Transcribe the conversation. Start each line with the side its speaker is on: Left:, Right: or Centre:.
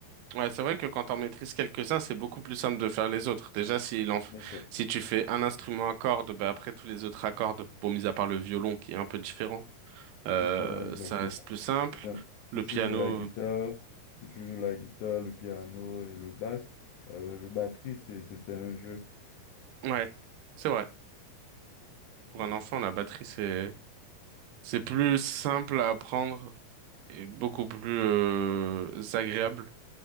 Right: Ouais, c'est vrai que quand on maîtrise quelques-uns, c'est beaucoup plus simple de faire les autres. Déjà, si, l'en-
Left: Exact.
Right: si tu fais un instrument à cordes, bah après tous les autres à cordes, bon, mis à part le violon qui est un peu différent, euh,
Left: Différent, exactement.
Right: ça reste plus simple.
Left: Bien. Si
Right: Le
Left: tu
Right: piano,
Left: joues la guitare, si tu joues la guitare, le piano et le basse, euh, le batterie, c'est c'est- c'est un jeu.
Right: euh, ouais, c'est vrai. Pour
Left: Euh,
Right: un enfant, la batterie, c'est, c'est plus simple à apprendre et beaucoup plus, euh, agréable,